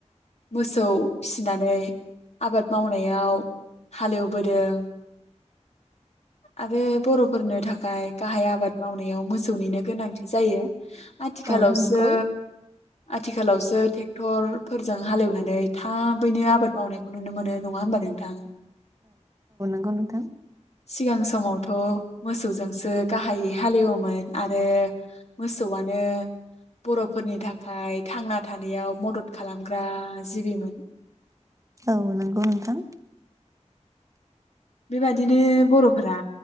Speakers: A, on the left; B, on the right.
A: मोसौ फिसिनानै आबाद मावनायाव हालेवबोदों आरो बर'फोरनो थाखाय गाहाय आबाद मावनायाव मोसौनिनो गोनांथि जायो आथिखालावसो
B: औ नंगौ
A: आथिखालावसोे थेक तरफोरजों हालेवनानै थाबैनो आबाद मावनायखौ नुनो मोनो नङा होमबा नोंथां।
B: गौ नोंथां।
A: सिगां समावथ मोसौजोंसो गाहायै हालेवोमोन आरो मोसौआनो बर'फोरनि थाखाय थांना थानायाव मदद खालामग्रा जिबिमोन।
B: औ नंगौ नोंथां
A: बेबादिनो बर'फोरा